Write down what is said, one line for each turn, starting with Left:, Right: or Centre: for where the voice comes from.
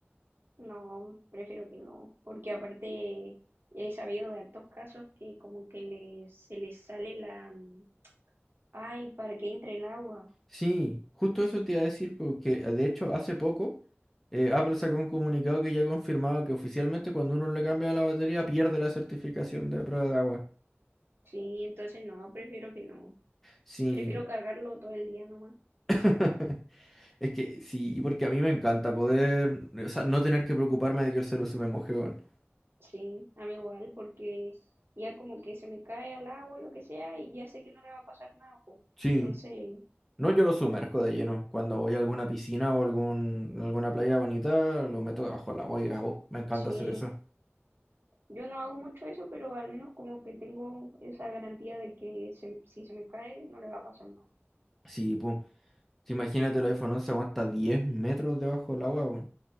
Right: No, prefiero que no, porque aparte he sabido de hartos casos que como que les, se les sale la... mm, Ay, para que entre el agua.
Centre: Sí, justo eso te iba a decir, porque eh, de hecho hace poco eh, Apple sacó un comunicado que ya confirmaba que oficialmente cuando uno le cambia la batería pierde la certificación de prueba de agua.
Right: Sí, entonces no, prefiero que no.
Centre: Sí,
Right: Prefiero cargarlo todo el día nomás.
Centre: <laughs> es que sí, porque a mí me encanta poder, o sea, no tener que preocuparme de que el celular se me moje. weón.
Right: Sí, a mí igual, porque ya como que se me cae al agua, lo que sea, y ya sé que no le va a pasar nada, po.
Centre: Sí,
Right: Entonces,
Centre: no, yo lo sumerjo de lleno. Cuando voy a alguna piscina o algún, alguna playa bonita, lo meto debajo del agua y grabo. Me encanta
Right: sí,
Centre: hacer eso.
Right: yo no hago mucho eso, pero al menos como que tengo esa garantía de que se- si se me cae, no le va a pasar nada.
Centre: Sí, pum. Imagínate el iPhone 11 aguanta 10 metros debajo del agua, weón.